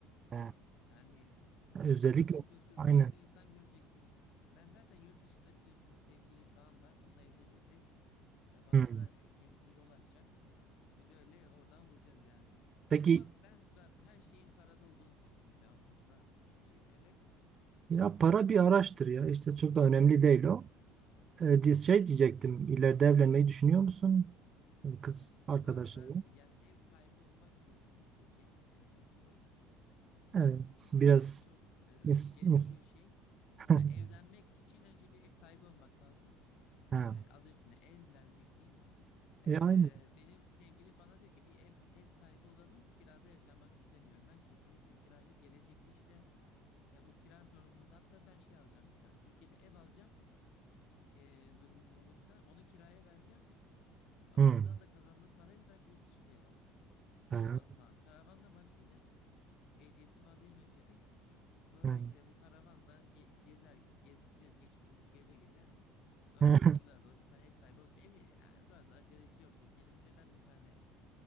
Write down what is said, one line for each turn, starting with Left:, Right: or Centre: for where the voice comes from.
Right: ha.
Left: yani
Right: Özellikle
Left: farklı kültür,
Right: aynen.
Left: farklı insan göreceksin. Ben zaten yurt dışında biliyorsunuz sevgilim falan var. Onunla evlenirsek e, bana
Right: Hı.
Left: da kendisi yol açacak. Biz öyle oradan vuracağız yani.
Right: Peki
Left: Ama ben zaten her şeyin parada olduğunu düşünmüyorum. Ben o konuda çok şey. Evet.
Right: ya para bir araçtır ya. İşte çok da önemli değil o. E, di- şey diyecektim. ileride evlenmeyi düşünüyor musun? Kız arkadaşınla.
Left: Zaten yani ev sahibi olmak kesinlikle şey e, çok <laughs>
Right: Evet. Biraz
Left: evet, çok e,
Right: is
Left: gerekli
Right: is
Left: bir şey.
Right: <laughs>
Left: Ya evlenmek için önce bir ev sahibi olmak lazım.
Right: ha.
Left: E, adı üstünde evlenmek değil mi? E,
Right: E aynı.
Left: benim sevgilim bana diyor ki bir ev ev sahibi olalım. Kirada yaşamak istemiyorum. Ben kesinlikle kirayı gelecekte işte e, bu kira sorununda hatta ben şey alacağım bir tane. Türkiye'de ev alacağım. e, durumum olursa onu kiraya vereceğim. E, Oradan
Right: Hmm.
Left: da kazandığım parayla belki yurt dışında ev alırım.
Right: Ha.
Left: Karavan falan. Karavanla başlayacağız. Ehliyetimi alayım önce bir. Sonra
Right: Ha.
Left: işte bu karavanla ge- gezer gezeceğiz gençliğimizi geze geze. Sonra
Right: Ha.
Left: yaşlılığa doğru bir tane ev sahibi olacağız. Ev yani sonra da acelesi yok ya. Kendimiz neden bir tane